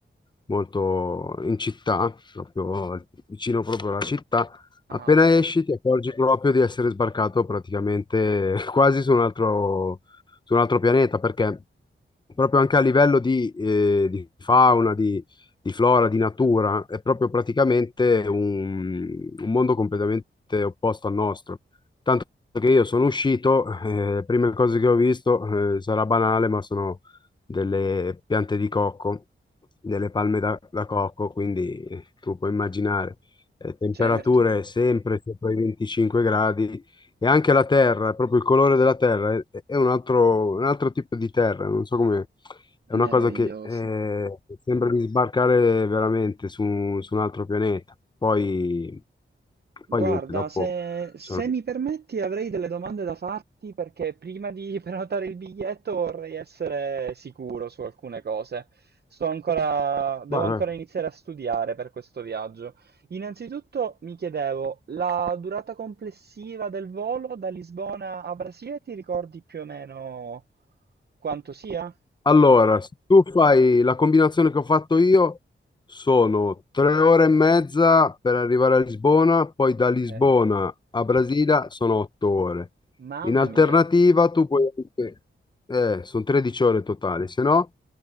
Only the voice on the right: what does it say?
Ah,
ok.
Certo.
Meraviglioso.
Guarda,
se, se
mi permetti avrei delle domande da farti perché prima di <laughs> prenotare il biglietto vorrei essere sicuro su alcune cose. Sto ancora, devo
ancora
iniziare a studiare per questo viaggio. Innanzitutto mi chiedevo, la durata complessiva del volo da Lisbona a Brasile, ti ricordi più o meno quanto sia?
Ok.
Mamma
mia.